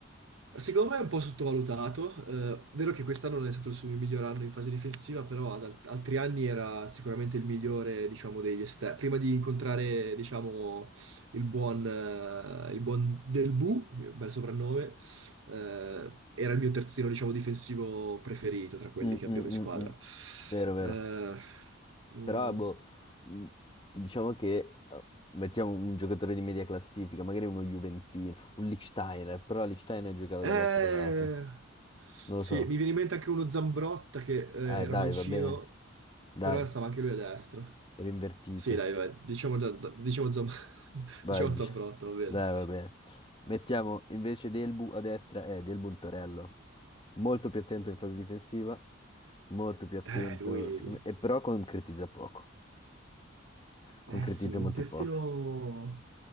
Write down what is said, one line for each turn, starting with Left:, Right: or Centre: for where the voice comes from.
Right: Secondo me è un po' sottovalutato, eh, vero che quest'anno non è stato il suo miglior anno in fase difensiva, però ad alt- altri anni era sicuramente il migliore, diciamo, degli esterni. Prima di incontrare, diciamo, il buon, eh, il buon Delbu, bel soprannome, eh, era il mio terzino, diciamo, difensivo preferito tra quelli
Left: Mm,
Right: che
Left: mm,
Right: abbiamo in squadra.
Left: mm, mm. Vero, vero.
Right: Eh, mm,
Left: Però, boh, mm, diciamo che eh, mettiamo un giocatore di media classifica, magari uno Juventino, un Lichtsteiner, però Lichtsteiner giocava
Right: eh,
Left: dall'altro lato. Non
Right: sì,
Left: lo so.
Right: mi viene in mente anche uno Zambrotta che, eh,
Left: Eh,
Right: era
Left: dai,
Right: mancino,
Left: va bene. Dai,
Right: però stava anche lui a destra.
Left: era invertito.
Right: Sì, dai, vai, diciamo, già- diciamo, Zam- <laughs>
Left: Vai,
Right: diciamo
Left: dice.
Right: Zambrotta, va bene.
Left: Dai, va bene. Mettiamo invece Delbu a destra e Delbu in torello. Molto più attento in fase difensiva, molto più attento,
Right: Eh, lui...
Left: secondo me, e però concretizza poco.
Right: Eh
Left: Concretizza
Right: sì, un
Left: molto
Right: terzino...
Left: poco.